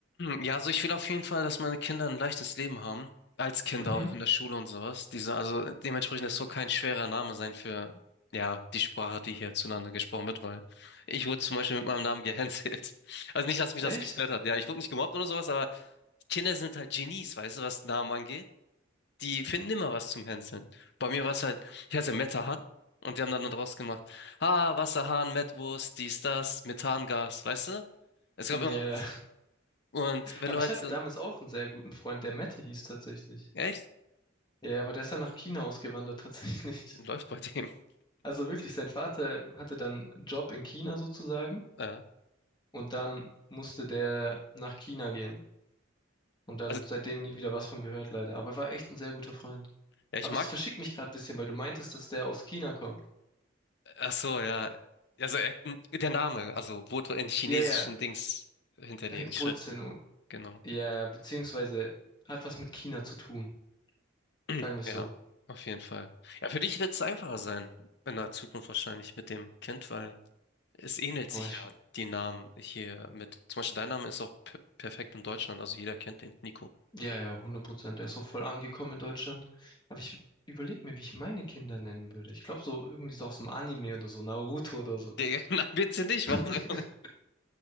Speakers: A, on the left (about 55°); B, on the left (about 20°).
A: Ja, also ich will auf jeden Fall, dass meine Kinder ein leichtes Leben haben. Als Kinder
B: Mhm.
A: auch in der Schule und sowas. Diese, also dementsprechend das soll kein schwerer Name sein für, ja, die Sprache, die hier zueinander gesprochen wird, weil ich wurde zum Beispiel mit meinem Namen gehänselt. <laughs> Also nicht, dass mich
B: Echt?
A: das gestört hat. Ja, ich wurde nicht gemobbt oder sowas, aber Kinder sind halt Genies, weißt du, was Namen angeht. Die finden immer was zum Hänseln. Bei mir war es halt, ich heiße Metahan und die haben dann daraus gemacht, ah, Wasserhahn, Mettwurst, dies, das, Methangas, weißt du? Es gab
B: Ja.
A: immer was. Und wenn
B: Aber
A: du
B: ich
A: halt
B: hatte
A: so
B: damals auch einen sehr guten Freund, der Mette hieß tatsächlich.
A: Echt?
B: Ja, aber der ist dann nach China ausgewandert <laughs> tatsächlich.
A: Läuft bei dem. <laughs>
B: Also wirklich, sein Vater hatte dann einen Job in China sozusagen
A: Ja.
B: und dann musste der nach China gehen. Und dann
A: Also,
B: seitdem nie wieder was von gehört, leider. Aber war echt ein sehr guter Freund.
A: ja, ich
B: Aber
A: mag.
B: es verschickt mich gerade ein bisschen, weil du meintest, dass der aus China kommt.
A: Ach so, ja. Also, er, der Name, also wurde in chinesischen
B: Ja, ja,
A: Dings hinterlegt,
B: hey,
A: Schriften.
B: Wurzeln. oh,
A: Genau.
B: Ja, ja, beziehungsweise hat was mit China zu tun.
A: <clears throat>
B: Sagen wir es
A: Ja,
B: so.
A: auf jeden Fall. Ja, für dich wird es einfacher sein, in der Zukunft wahrscheinlich mit dem Kind, weil es ähnelt
B: Boah,
A: sich
B: ich,
A: ja die Namen hier mit. Zum Beispiel dein Name ist auch per perfekt in Deutschland, also jeder kennt den, Nico.
B: ja, ja, hundert Prozent. Der ist so voll angekommen in Deutschland. Aber ich überlege mir, wie ich meine Kinder nennen würde. Ich glaube so irgendwie so aus dem Anime oder so, Naruto oder
A: Der
B: so.
A: <laughs> nein, bitte nicht,
B: <laughs>
A: mach. <laughs>